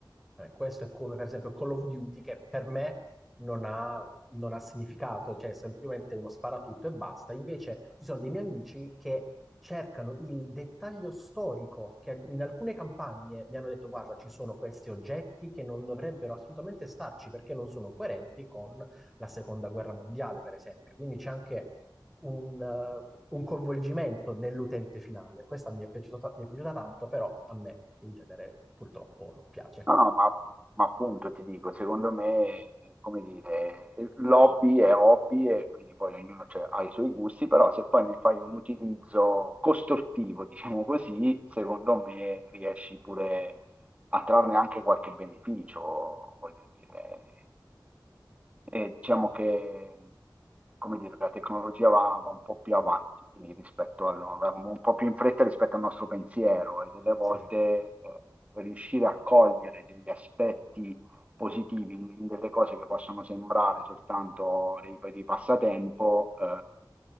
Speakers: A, in the centre; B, on the right.
A: Vabbè, questo è come per esempio Call of Duty che per me non ha, non ha significato, cioè è semplicemente uno sparatutto e basta. Invece ci sono dei miei amici che cercano il dettaglio storico, che in alcune campagne mi hanno detto guarda ci sono questi oggetti che non dovrebbero assolutamente starci perché non sono coerenti con la seconda guerra mondiale, per esempio. Quindi c'è anche un, eh, un coinvolgimento nell'utente finale. Questa mi è piaciuta, mi è piaciuta tanto, però a me il genere purtroppo non piace.
B: No, no, ma, ma appunto ti dico, secondo me, come dire, l'hobby è hobby e quindi poi ognuno c'è- ha i suoi gusti, però se poi ne fai un utilizzo costruttivo, diciamo così, secondo me riesci pure a trarne anche qualche beneficio, voglio dire. E diciamo che, come dire, la tecnologia va, va un po' più avanti rispetto al, va un po' più in fretta rispetto al nostro pensiero e delle volte
A: Sì,
B: eh, riuscire a cogliere degli aspetti positivi in, in delle cose che possono sembrare soltanto dei, dei passatempo, eh,